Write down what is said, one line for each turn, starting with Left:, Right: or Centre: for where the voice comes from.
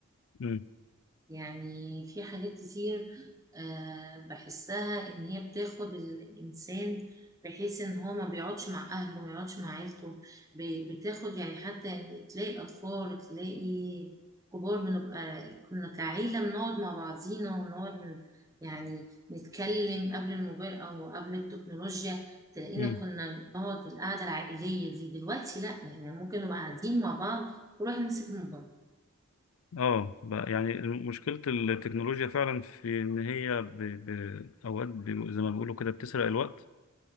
Left: مم.
Right: يعني في حاجات كتير آه، بحسها إن هي بتاخد الإنسان بحيث إن هو ما بيقعدش مع أهله ما يقعدش مع عيلته ب- بتاخد يعني حتى يعني تلاقي أطفال تلاقي كبار بنبقى كنا كعيلة بنقعد مع بعضينا ونقعد ن- يعني نتكلم قبل الموبايل أو قبل التكنولوجيا تلاقينا
Left: مم.
Right: كنا نقعد القعدة العائلية دي دلوقتي لأ يعني ممكن نبقى قاعدين مع بعض ونروح نمسك الموبايل
Left: آه بقى يعني مشكلة التكنولوجيا فعلا في إن هي ب... ب... أوقات ب... زي ما بيقولوا كده بتسرق الوقت